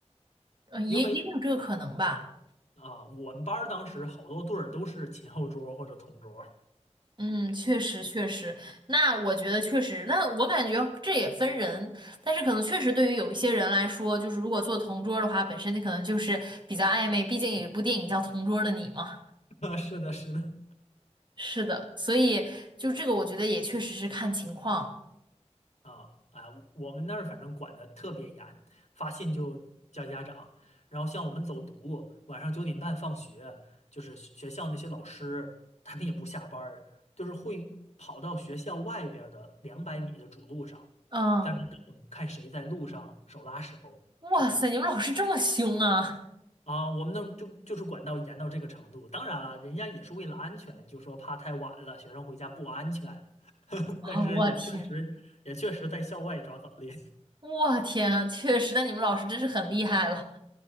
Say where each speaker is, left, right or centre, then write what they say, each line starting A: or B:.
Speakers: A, on the right (about 40°); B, on the left (about 70°).
A: 呃，也也有这个可能吧。
B: 因为啊，我们班儿当时好多对儿都是前后桌儿或者同桌儿
A: 嗯，确实确实，那我觉得确实，那我感觉这也分人，但是可能确实对于有一些人来说，就是如果做同桌的话，本身你可能就是比较暧昧，毕竟有一部电影叫《同桌的你》嘛。
B: <laughs> 啊是的，是的，
A: 是的，所以就这个，我觉得也确实是看情况。
B: 啊啊，我们那儿反正管得特别严，发信就叫家长。然后像我们走读，晚上九点半放学，就是学学校那些老师他们也不下班儿，就是会跑到学校外边儿的两百米的主路上，
A: 嗯，
B: 在那等看谁在路上手拉手什么的
A: 哇塞，你们老师这么凶啊！
B: 啊。我们那儿就就是管到严到这个程度。当然了，人家也是为了安全，就说怕太晚了，学生回家不安全。<laughs>
A: <laughs> 啊，
B: 但是也确实也确实在校外抓早恋。
A: 我天，我天，确实，那你们老师真是很厉害了。